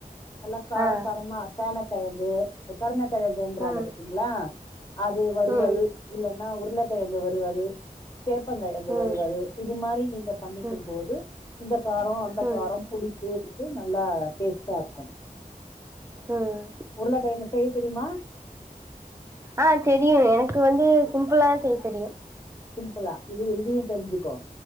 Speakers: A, on the left; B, on the right.
A: நல்லா கார
B: ஆ
A: சாரமா சேன கெழங்கு இந்த கருணக்கெழங்குன்றாங்க
B: ம்
A: பாத்தீங்களா அது வறுவல்
B: ம்
A: இல்லன்னா உருளக்கெழங்கு வறுவல் சேப்பங் கெழங்கு
B: ம்
A: வறுவல் இது மாரி நீங்க பண்ணிக்கும்
B: ம்
A: போது இந்த காரோ அந்த
B: ம்
A: காரம் புளிப்பு இதுக்கு நல்லா டேஸ்ட்டா இருக்கு
B: ம்
A: உருளக்கெழங்கு செய்ய தெரியுமா
B: ஆ தெரியு எனக்கு வந்து சிம்பிளா செய்ய தெரியு
A: சிம்பிளா இது இதையு தெரிஞ்சுக்கோ